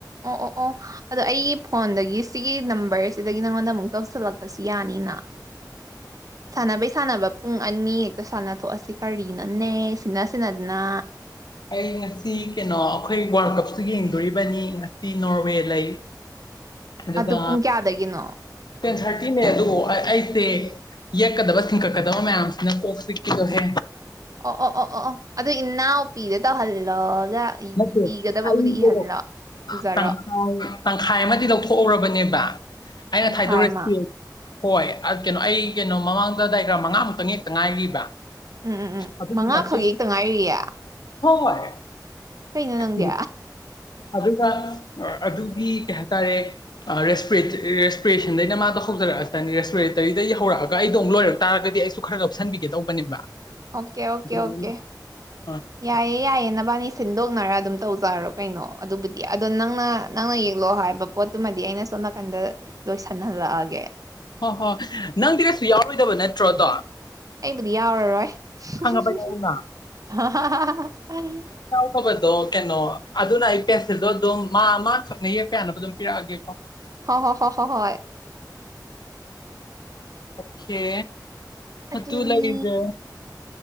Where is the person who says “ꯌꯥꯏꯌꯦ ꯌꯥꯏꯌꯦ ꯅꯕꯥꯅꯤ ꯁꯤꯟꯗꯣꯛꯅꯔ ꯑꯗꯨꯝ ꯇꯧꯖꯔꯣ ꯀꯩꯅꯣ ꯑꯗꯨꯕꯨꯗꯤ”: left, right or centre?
Right